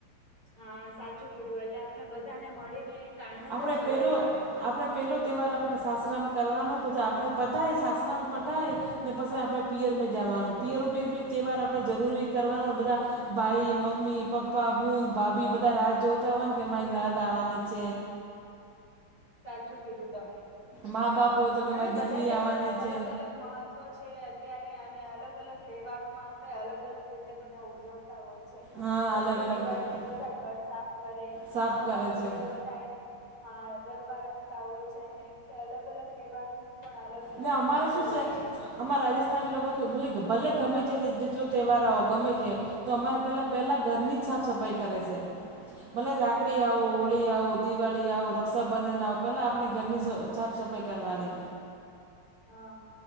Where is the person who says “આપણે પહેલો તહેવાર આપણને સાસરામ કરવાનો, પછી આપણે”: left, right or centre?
Right